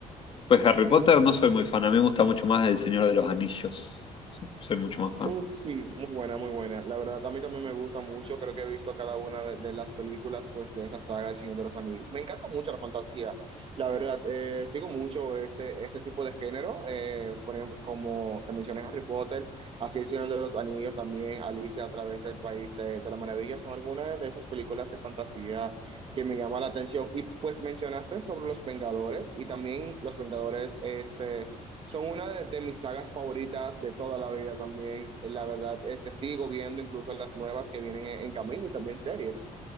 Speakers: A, on the left; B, on the right.
A: después Harry Potter no soy muy fan, a mí me gusta mucho más El Señor de los Anillos. Soy soy mucho más fan.
B: Uf, sí, muy buena, muy buena. La verdad, a mí también me gusta mucho. Creo que he visto cada una de, de las películas pues, de esa saga, El Señor de los Anillos. Me encanta mucho la fantasía. La verdad, eh, sigo mucho ese, ese tipo de género. eh, por ejemplo, como te mencioné, Harry Potter, así El Señor de los Anillos, también Alicia a través del País de, de la Maravilla. Son algunas de esas películas de fantasía que me llama la atención. Y pues mencionaste sobre los Vengadores y también los Vengadores este, son una de, de mis sagas favoritas de toda la vida también. Eh, La verdad, este sigo viendo incluso las nuevas que vienen en, en camino y también series.